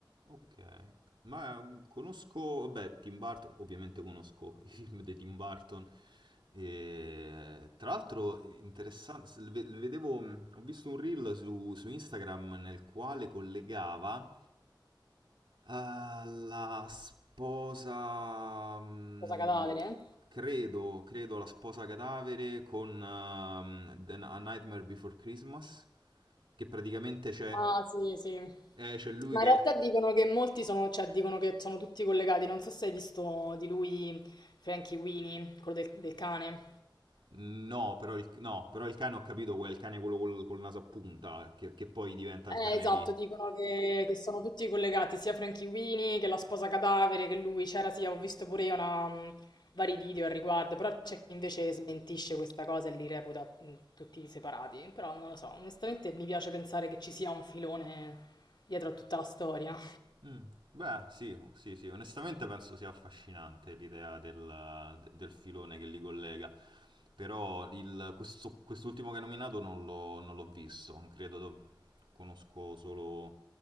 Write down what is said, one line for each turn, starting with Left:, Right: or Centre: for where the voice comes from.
Right: Ok. Ma mm, conosco, vabbè, Tim Burton, ovviamente conosco i film di Tim Burton. E, tra l'altro, è interessante, se- ve- vedevo, mm, ho visto un reel su, su Instagram nel quale collegava ah, la sposa, mm,
Left: Cosa cadavere?
Right: credo, credo la sposa cadavere con ehm, The- A Nightmare Before Christmas, che praticamente c'è,
Left: Ah sì, sì.
Right: eh, c'è lui
Left: Ma
Right: che
Left: in realtà
Right: ha il...
Left: dicono che molti sono, cioè dicono che sono tutti collegati. Non so se hai visto di lui Frankie Weenie, quello del, del cane.
Right: No però, il, no, però il cane ho capito, è il cane quello col, col naso a punta, che, che poi diventa il cane
Left: Eh, esatto,
Right: di...
Left: dicono che, che sono tutti collegati, sia Frankie Weenie che la sposa cadavere, che lui c'era, sì, ho visto pure io una, mh, vari video al riguardo, però c'è chi invece smentisce questa cosa e li reputa mh, tutti separati. Però non lo so, onestamente mi piace pensare che ci sia un filone dietro a tutta la storia.
Right: Mm, Beh, sì, sì, sì, onestamente penso sia affascinante l'idea del, del filone che li collega, però il- questo- quest'ultimo che hai nominato non l'ho non l'ho visto, credo, conosco solo